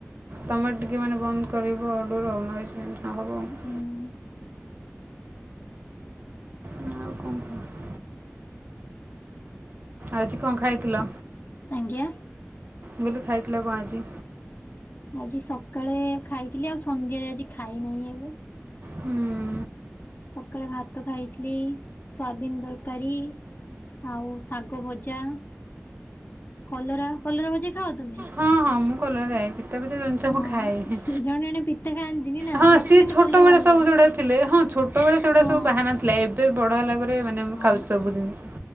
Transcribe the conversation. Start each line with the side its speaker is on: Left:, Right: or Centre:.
Right: ତୁମେ ଟିକିଏ ମାନେ ବନ୍ଦ କରିବ ଡୋର, ନଏଜ ଟା ନ ହେବ ଅ
Left: ହୁଁ
Right: ଆଉ କଣ କହ? ଆଜି କଣ ଖାଇଥିଲ?
Left: ଆଜ୍ଞା
Right: ବୋଲି ଖାଇଥିଲ କଣ ଆଜି?
Left: ଆଜି ସକାଳେ ଖାଇଥିଲି, ଆଉ ସନ୍ଧ୍ୟାରେ ଆଜି ଖାଇନାହିଁ ଏବେ।
Right: ହୁଁ ଉଁ
Left: ସକାଳେ ଭାତ ଖାଇଥିଲି ସୋୟାବିନ ତରକାରୀ। ଆଉ ଶାଗ ଭଜା, କଲରା କଲରା ଭଜା ଖାଅ ତମେ?
Right: ହଁ ହଁ ମୁଁ <unintelligible> <unintelligible> ଜିନିଷ
Left: ହଁ
Right: ମୁଁ ଖାଏ
Left: ଜଣେ ଜଣେ ପିତା ଖାଆନ୍ତିନି ନା
Right: ହଁ
Left: ମତେ
Right: ସିଏ
Left: କିନ୍ତୁ
Right: ଛୋଟ
Left: କଲରା
Right: ବେଳେ
Left: ଭଲ
Right: ସବୁ
Left: ଲାଗେ
Right: ଯୋଉଡ଼ା ଥିଲେ ହଁ ଛୋ ସେତେବେଳେ ସେଗୁଡ଼ା
Left: ହଁ
Right: ସବୁ ବାହାନା ଥିଲା, ଏବେ ବଡ଼ ହେଲା ପରେ ମାନେ
Left: ହଁ
Right: ଖାଉଚି ସବୁ ଜିନିଷ। ଏ